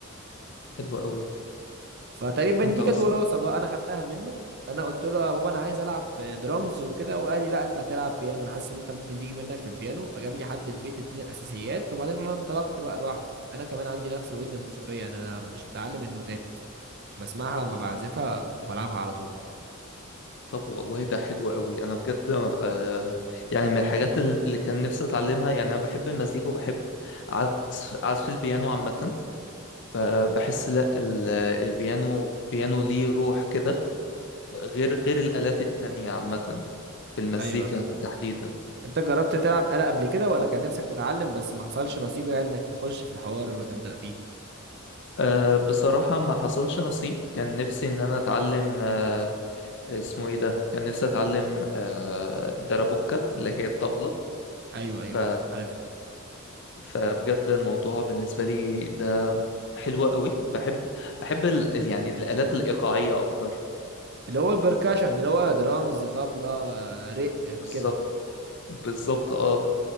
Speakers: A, on the left; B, on the right.
A: حلو قوي
B: فتقريبا دي
A: انت اصلا
B: كانت وراثه بقى انا خدتها منه انا قلت له يا بابا انا عايز العب درامز وكده وقال لي لا انت هتلعب بيانو انا حاسس ان انت ممكن تيجي منك في البيانو فجاب لي حد البيت اداني الاساسيات وبعدين انا انطلقت بقى لوحدي انا كمان عندي نفس الودن الموسيقيه يعني انا مش متعلم النوتات بسمعها لما بعزفها وبلعبها على طول
A: طب والله ده حلو قوي انا بجد آه يعني من الحاجات ال- اللي كان نفسي اتعلمها يعني انا بحب المزيكا وبحب عزف عزف البيانو عامة ب- بحس لا ال- البيانو بيانو ليه روح كده غير غير الآلات التانية عامة في المزيكا
B: ايوه
A: تحديدا
B: انت جربت تلعب آلة قبل كده ولا كان نفسك تتعلم بس ما حصلش نصيب يعني انك تخش في الحوار وتبدأ فيه
A: آه بصراحة ما حصلش نصيب كان نفسي ان انا اتعلم آه، اسمه ايه ده كان نفسي اتعلم آه، دربوكة اللي هي الطبلة
B: ايوه ايوه
A: ف...
B: عارفها
A: فبجد الموضوع بالنسبة لي ده حلو قوي بحب بحب ال... ال- يعني الآلات الإيقاعية أكتر
B: اللي هو البركاشن اللي هو درامز طبلة رق
A: بالظبط
B: كده
A: بالظبط اه